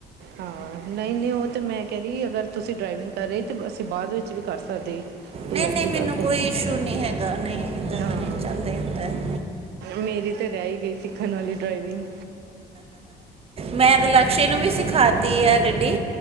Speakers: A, on the right (about 75°); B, on the right (about 35°).
A: ਹਾਂ। ਨਹੀਂ-ਨਹੀਂ ਉਹ ਤਾਂ ਮੈਂ ਕਹਿ ਰਹੀ, ਅਗਰ ਤੁਸੀਂ ਡਰਾਈਵਿੰਗ ਕਰ ਰਹੇ ਤਾਂ ਅਸੀਂ ਬਾਅਦ ਵਿੱਚ ਵੀ ਕਰ ਸਕਦੇ। ਕੋਈ
B: ਨਹੀਂ-
A: ਐਸੀ
B: ਨਹੀਂ ਮੈਨੂੰ
A: ਗੱਲ
B: ਕੋਈ
A: ਤੇ ਨਹੀਂ
B: ਇਸ਼ੂ ਨੀ ਹੈਗਾ ਨਹੀਂ। ਇਦਾਂ
A: ਹਾਂ।
B: ਦਾ ਨਹੀਂ ਚੱਲਦੇ ਹੁੰਦਾ ਹਮ।
A: ਮੇਰੀ ਤਾਂ ਰਹਿ ਹੀ ਗਈ ਸਿੱਖਣ ਵਾਲੀ ਡਰਾਈਵਿੰਗ।
B: ਮੈਂ ਲਕਸ਼ੇ ਨੂੰ ਵੀ ਸਿਖਾਤੀ ਆ ਗੱਡੀ।